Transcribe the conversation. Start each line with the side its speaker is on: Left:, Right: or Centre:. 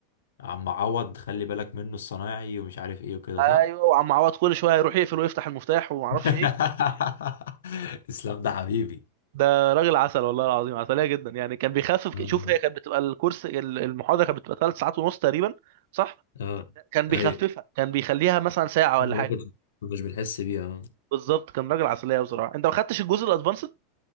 Left: عم عوض خلي بالك منه الصنايعي ومش عارف ايه وكده
Right: ايوه
Left: صح
Right: وعم عوض كل شويه يروح يقفل ويفتح المفتاح وما اعرفش
Left: <laughs>
Right: ايه
Left: اسلام ده حبيبي
Right: ده راجل عسل والله العظيم عسليه جدا يعني كان بيخفف
Left: اه
Right: ك- شوف هي كانت بتبقى الكورس ال- المحاضره كانت بتبقى ثلاث ساعات ونص تقريبا صح
Left: اه
Right: كان بيخففها
Left: ايوه
Right: كان بيخليها مثلا ساعه
Left: ما
Right: ولا حاجه
Left: كنت- مش بنحس بيها آه.
Right: بالظبط كان راجل عسليه بصراحه انت ما خدتش الجزء الادفانسد